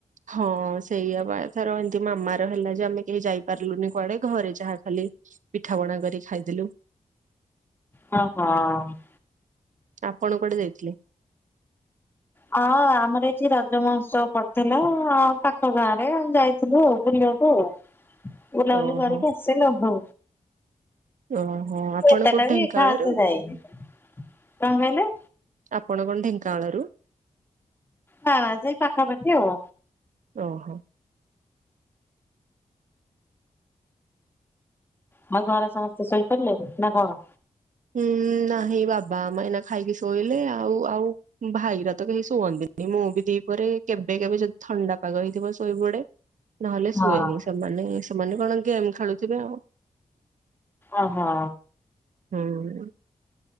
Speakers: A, on the right; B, on the left.
A: ହଁ ସେଇଆ ବା ଏଥର ଏମିତି ମାମାର ହେଲା ଯେ ଆମେ କେହି ଯାଇପାରିଲୁନି କୁଆଡେ ଘରେ ଯାହା ଖାଲି ପିଠାପଣା କରି ଖାଇଦେଲୁ।
B: ହଁ ହଁ।
A: ଆପଣ କୁଆଡ଼େ ଯାଇଥିଲେ?
B: ହଁ ଆମର ଏଠି ରଜ ମହୋତ୍ସବ ପଡିଥିଲା ପାଖ ଗାଁ ରେ ଆମେ ଯାଇଥିଲୁ ଆଉ। ବୁଲିବାକୁ ବୁଲାବୁଲି
A: ଓହୋ
B: କରିକି ଆସେନ ହଉ।
A: ଓହୋ ଆପଣ
B: ଏତେଟା
A: କୋଉଠି ଢେଙ୍କାନାଳରୁ
B: ବି ଖାସ ନାଇ କଣ କହିଲୁ?
A: ଆପଣ କଣ ଢେଙ୍କାନାଳରୁ?
B: ହଁ ସେଇ ପାଖାପାଖି ଆଉ।
A: ଓହୋ।
B: ଆମ କଣ ସମସ୍ତେ ଶୋଇପଡିଲେଣି ନା କଣ?
A: ହୁଁ ନାହିଁ ବାବା ମା ଏଇନା ଖାଇକି ଶୋଇଲେ ଆଉ ଆଉ ଭାଇର ତ କେହି ଶୁଅନ୍ତିନି ମୁଁ ବି ଦିପହରେ କେବେ କେବେ ଯଦି ଥଣ୍ଡା ପାଗ ହେଇଥିବ ଶୋଇ ପଡେ। ନହେଲେ
B: ହଁ
A: ଶୁଏନି ସେମାନେ ସେମାନେ କଣ ଗେମ୍ ଖେଳୁଥିବେ ଆଉ।
B: ଓହୋ।
A: ହୁଁ।